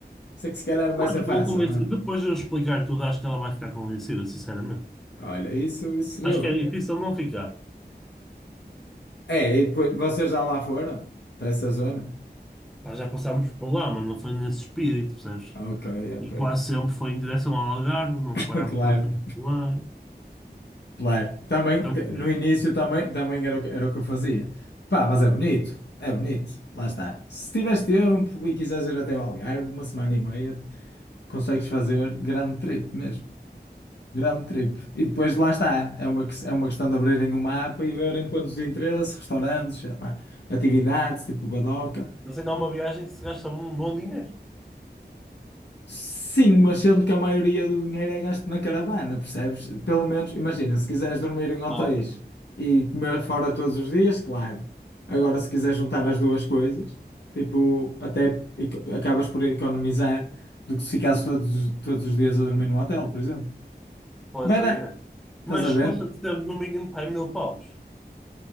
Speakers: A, on the left; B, in the centre.
A: Sei que se calhar não vai
B: Eu
A: ser fácil,
B: vou convencer.
A: não é?
B: e Depois de eu explicar tudo, acho que ela vai ficar convencida, sinceramente.
A: Olha, isso, isso seria
B: Acho
A: bom.
B: que é difícil não ficar.
A: É, e depois vocês já lá foram? Para essa zona?
B: Pá, Já passámos por lá, mas não foi nesse espírito, percebes?
A: Ok, ok.
B: E quase sempre foi em direção ao Algarve, não
A: <laughs>
B: parámos
A: Claro,
B: quase sempre por lá.
A: claro. Também,
B: É o
A: de-
B: que
A: no
B: é.
A: início também, também era, o que- era o que eu fazia. Pá, mas é bonito, é bonito. Lá está. Se tiveres tempo e quiseres ir até ao Algarve, uma semana e meia, consegues fazer grande trip mesmo. Grande trip. E depois lá está. É uma, que- é uma questão de abrirem o mapa e verem pontos de interesse, restaurantes, sei lá, atividades, tipo Badoca.
B: Mas ainda há uma viagem que se gasta um bom dinheiro.
A: Sim, mas sendo que a maioria do dinheiro é gasto na caravana, percebes? Pelo menos, imagina, se quiseres dormir em hotéis
B: Ah, ok.
A: e comer fora todos os dias, claro. Agora, se quiseres juntar as duas coisas, tipo, até eco- acabas por economizar do que se ficasses todos, os- todos os dias a dormir num hotel, por exemplo.
B: Pois
A: Mas,
B: aí
A: dá-
B: é.
A: estás
B: Mas
A: a ver?
B: custa-te sempre no mínimo pá, mil paus.